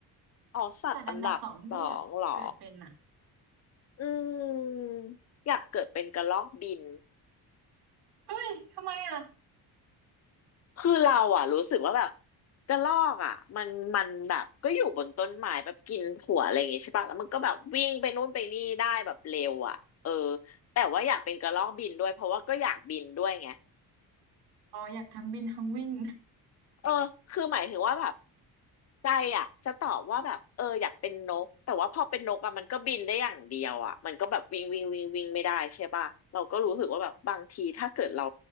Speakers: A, on the left; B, on the right.
A: อ๋อสัตว์อันดับสองเหรอ
B: สัตว์อันดับสองที่อยากเกิดเป็นอ่ะ
A: อืมอยากเกิดเป็นกระรอกบิน
B: เฮ้ยทำไมอ่ะ
A: คือเราอ่ะรู้สึกว่าแบบกระรอกอ่ะมันมันแบบก็อยู่บนต้นไม้แบบกินถั่วอะไรอย่างงี้ใช่ปะแล้วมันก็แบบวิ่งไปนู่นไปนี่ได้แบบเร็วอ่ะเออแต่ว่าอยากเป็นกระรอกบินด้วยเพราะว่าก็อยากบินด้วยไง
B: อ๋ออยากทั้งบินทั้งวิ่ง
A: เออคือหมายถึงว่าแบบใจอ่ะจะตอบว่าแบบเอออยากเป็นนกแต่ว่าพอเป็นนกอ่ะมันก็บินได้อย่างเดียวอ่ะมันก็แบบวิ่งวิ่งวิ่งวิ่งไม่ได้ใช่ป่ะเราก็รู้สึกว่าแบบบางทีถ้าเกิดเรา